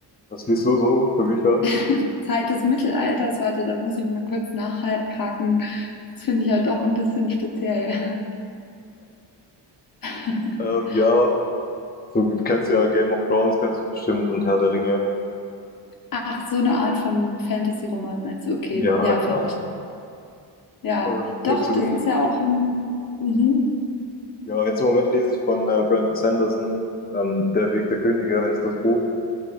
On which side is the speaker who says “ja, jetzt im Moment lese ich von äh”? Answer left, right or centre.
Left